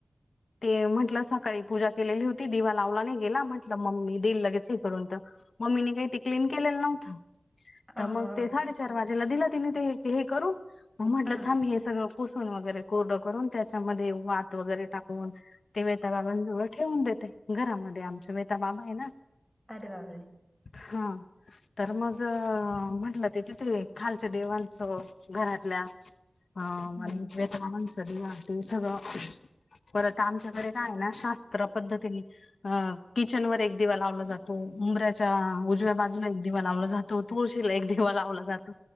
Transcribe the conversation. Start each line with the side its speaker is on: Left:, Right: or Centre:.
Left: ते म्हटल सकाळी पूजा केलेली होती दिवा लावला नाही गेला म्हटल मम्मी देईल लगेच हे करून तर. मम्मीने काही ते क्लीन केलेल नव्हत.
Centre: हो
Left: तर मग ते साडेचार वाजेला दिल तिने ते हे हे करून मग म्हटल
Centre: हा
Left: थांब हे सगळ पुसून वगैरे कोरड करून त्याच्यामध्ये वात वगैरे टाकून. कून ते वेताबाबांजवळ ठेवून देते घरामध्ये आमच्या वेता बाबा आहे ना.
Centre: अरे बापरे.
Left: हा तर मग म्हंटल ते तिथे खालच्या देवांच घरातल्या आणि
Centre: हम्म.
Left: वेता बाबांच दिवा ते सगळ परत आमच्याकडे काय आहे ना शास्त्र पद्धतीने अ किचनवर एक दिवा लावला जातो उंबऱ्याच्या उजव्या बाजूला एक दिवा लावला जातो. तो तुळशीला एक दिवा लावला जातो.